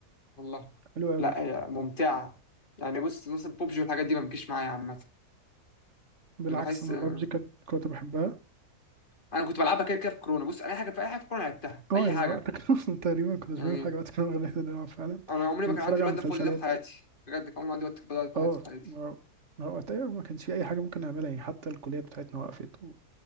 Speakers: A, on the left; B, on the right.
A: والله
B: حلو قوي
A: لا هي ممتعة يعني بص مثلا بوبجي والحاجات دي ما بتجيش معايا عامة
B: بالعكس
A: بحس
B: انا
A: آه،
B: بابجي كانت كنت بحبها
A: انا كنت بلعبها كده كده في كورونا بص اي حاجة في اي حاجة في كورونا لعبتها
B: اه
A: اي
B: يا
A: حاجة
B: وقتك <laughs> اصلا تقريبا كنت
A: يعني
B: بعمل حاجه وقت كنا بنلعب فعلا
A: انا عمري
B: ونتفرج
A: ما كان عندي الوقت
B: على مسلسلات
A: ده فاضي ده في حياتي بجد كان عمري ما عندي وقت فاضي ده في
B: اه
A: حياتي في حياتي
B: ما- ما هو وقتها ما كانش في اي حاجه ممكن نعملها يعني حتى الكليات بتاعتنا وقفت و-